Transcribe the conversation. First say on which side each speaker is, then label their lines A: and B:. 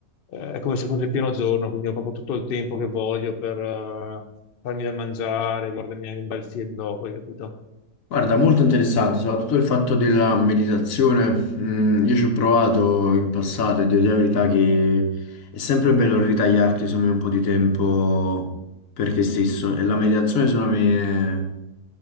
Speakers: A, on the left (about 85°); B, on the left (about 60°).
A: eh, è come se fosse pieno giorno, quindi ho proprio tutto il tempo che voglio per eh, farmi da mangiare, guardarmi anche un bel film dopo, hai capito?
B: Guarda, molto interessante, soprattutto il fatto della meditazione. Mm, io ci ho provato in passato e devo dire la verità che è sempre bello ritagliarti, insomma, un po' di tempo per te stesso e la meditazione secondo me